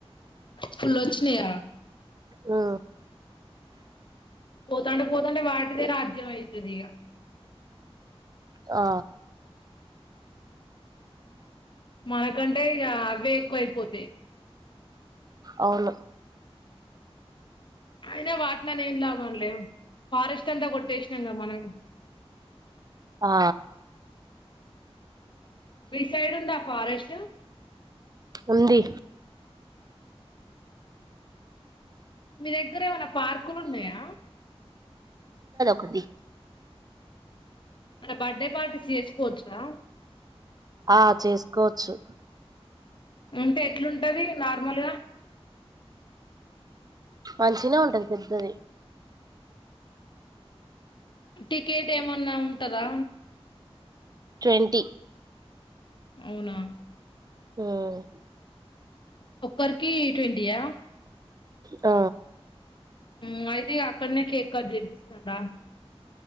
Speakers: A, on the left; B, on the right.
A: ఫుల్లొచ్చినయ
B: ఆ
A: పోతాంటే పోతాంటే వాటిదే రాజ్యమయ్ నేనియా
B: ఆ
A: మనకంటే ఇగ అవే ఎక్కువయిపోతాయి
B: అవును
A: అయినా వాట్లనే ఏం లాభం లే ఫారెస్ట్ తా కొట్టేసినాం గా మనమే
B: ఆ
A: మీ సైడ్ ఉందా ఫారెస్ట్
B: ఉంది
A: మీ దగ్గర ఏమనా పార్కులు ఉన్నయా
B: కొంది
A: మన బర్డే పార్టీస్ చేసుకోవచ్చా
B: ఆ చేసుకోవచ్చు
A: ఉంటే ఎట్లుంటది నార్మల్గా
B: మంచిగనే ఉంటది పెద్దది
A: టికెట్ ఏమన్నా ఉంటాదా
B: ట్వంటి
A: అవునా
B: మ్మ్
A: ఒక్కరికి ట్వంటీయా
B: ఆ
A: మ్మ్ అయితే అక్కడనే కేక్ కట్ చెపిస్ స్తా